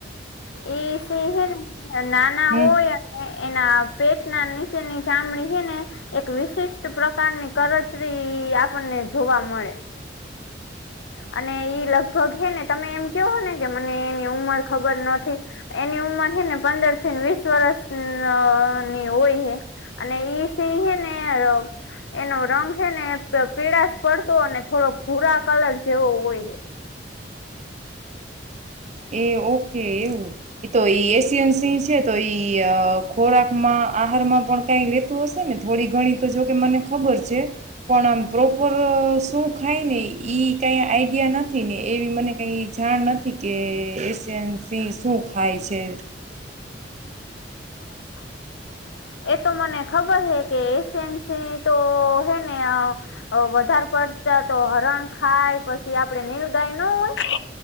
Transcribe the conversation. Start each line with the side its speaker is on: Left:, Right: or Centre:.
Left: એ સ નાના
Right: હમ
Left: હોય અને એના પેટના નીચેની ચામડી હે ને એક વિશિષ્ટ ગણતરી પ્રકારની આપણને જોવા મળે. અને ઈ લગભગ હેને તમે એમ કેવો ને કે મને એની ઉંમર ખબર નથી એની ઉંમર હેને પંદર થી વીસ વરષ ની હોય હે અને ઈ સિ હે ને એનો રંગ હે ને, પીળાશ પડતો અને થોડો ભૂરા કલર જેવો હોય હે.
Right: એ ઓ કે એવું એતો એશિયન સિંહ છે તો ઈ ખોરાકમાં આહારમાં પણ કઈ લેતું હશે ને થોડી ઘણી તો જોકે મને ખબર છે. પણ આમ પ્રોપર શું ખાય ને ઈ કઈ આઈડિયા નથી ને એવી મને કઈ જાણ નથી કે એશિયન સિંહ શું ખાય છે
Left: <inaudible> એતો મને ખબર હે કે એશિયણ સિંહ તો હે ને વધારે પડતા તો હરણ ખાય પછી આપડે નીલગાય ન હોય